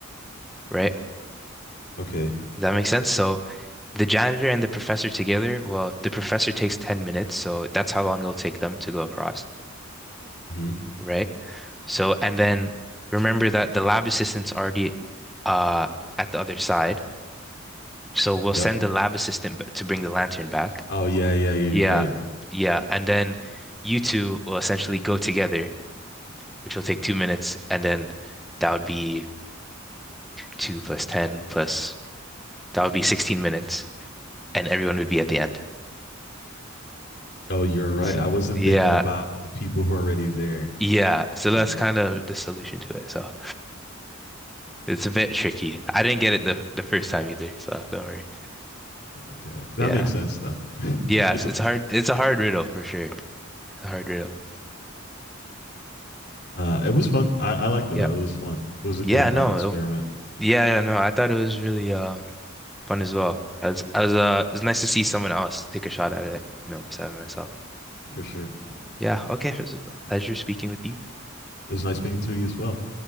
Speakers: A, in the centre; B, on the left (about 55°).
A: right?
B: Okay.
A: Does that make sense? So the janitor and the professor together, well, the professor takes 10 minutes, so that's how long it'll take them to go across,
B: hmm
A: right? So, and then remember that the lab assistant's already uh at the other side. So we'll send
B: Yep.
A: the lab assistant b- to bring the lantern back.
B: Oh yeah, yeah, yeah,
A: Yeah,
B: you're right.
A: yeah. And then you two will essentially go together, which will take two minutes, and then that would be two plus ten plus that would be 16 minutes, and everyone would be at the end.
B: Oh, you're right.
A: S-
B: I wasn't
A: yeah,
B: thinking about the people who are already there.
A: yeah. So that's
B: Mm,
A: kind of the solution to it. So it's a bit tricky. I didn't get it the the first time either, so don't worry.
B: Okay, that
A: Yeah.
B: makes sense though. <laughs>
A: Yes,
B: it's
A: it's hard. It's a hard riddle for sure. A hard riddle.
B: uh, it was fun. I, I liked it
A: Yeah.
B: though. It was fun. It was
A: Yeah,
B: a good thought
A: no.
B: experiment
A: It, yeah, yeah, no. I thought it was really um fun as well. I was, I was uh It was nice to see someone else take a shot at it, you know, besides myself.
B: for sure.
A: Yeah, okay. It was a pleasure speaking with you.
B: It was nice being to you as well.